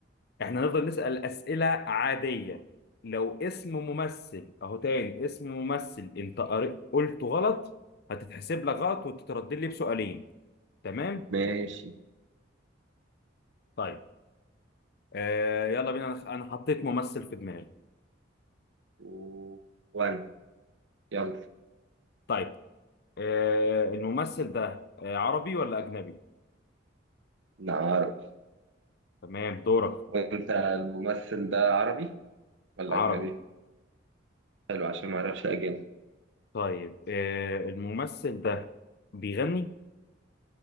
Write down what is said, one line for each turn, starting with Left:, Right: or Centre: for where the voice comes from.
Left: احنا هنفضل نسأل أسئلة عادية لو اسم ممثل أهو تاني اسم ممثل أنت قر- قلته غلط هتتحسب لك غلط وتتردد لي بسؤالين تمام
Right: ماشي
Left: طيب آه يلا بينا انا أنا حطيت ممثل في دماغي
Right: و... وأنا يلا
Left: طيب آه الممثل ده آه عربي ولا اجنبي
Right: نعرف
Left: تمام دورك
Right: وأنت الممثل ده عربي ولا
Left: عربي
Right: أجنبي؟ حلو عشان ما أعرفش أجنبي
Left: طيب آه الممثل ده بيغني